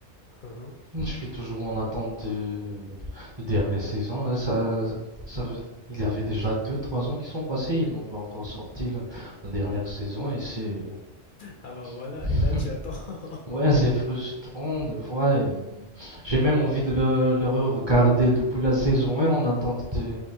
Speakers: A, on the left; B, on the right.
A: Uhum.
B: Je suis toujours en attente de, de dernière saison. Là, ça, ça, il y avait déjà deux trois ans qui sont passés, ils n'ont pas encore sorti là, la dernière saison et c'est.
A: Ah bah voilà,
B: <laughs>
A: et là, tu attends. <laughs>
B: ouais, c'est frustrant de voir. et J'ai même envie de le, le regarder depuis la saison 1 en attente de,